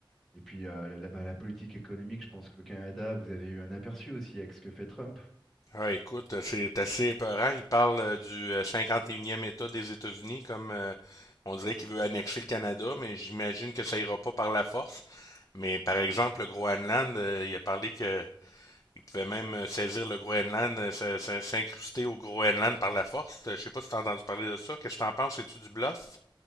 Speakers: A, in the centre; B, on the left.
A: Et puis, euh, la, bah, la politique économique, je pense qu'au Canada, vous avez eu un aperçu aussi avec ce que fait Trump.
B: Ah, écoute, c'est assez épeurant. Il parle euh, du euh, cinquante et unième État des États-Unis comme euh, on dirait qu'il veut annexer le Canada, mais j'imagine que ça ira pas par la force. Mais par exemple, le Groenland, euh, il a parlé que il pouvait même euh, saisir le Groenland, euh, s- s- s'incruster au Groenland par la force. Euh, Je sais pas si t'as entendu parler de ça. Qu'est-ce que t'en penses? C'est-tu du bluff?